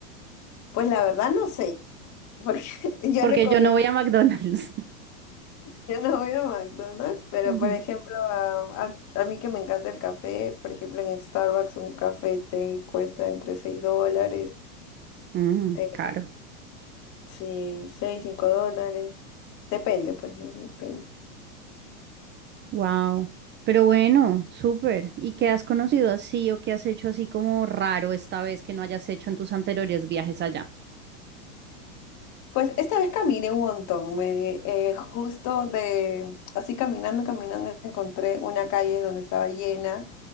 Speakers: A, on the left; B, on the right.
A: pues la verdad no sé, porque <laughs> yo
B: Porque
A: no comí
B: yo no voy a McDonald's.
A: Yo no voy a McDonald's, pero
B: <laughs> Ujú.
A: por ejemplo, a, a- a mí que me encanta el café, por ejemplo, en Starbucks un café te cuesta entre seis dólares,
B: Mm,
A: eh,
B: caro.
A: sí, 6 5 dólares, depende, pues, ¿no? Depende.
B: Wow. Pero bueno, súper. ¿Y qué has conocido así o qué has hecho así como raro esta vez que no hayas hecho en tus anteriores viajes allá?
A: Pues esta vez caminé un montón, me, di- eh, justo de, así caminando, caminando, encontré una calle donde estaba llena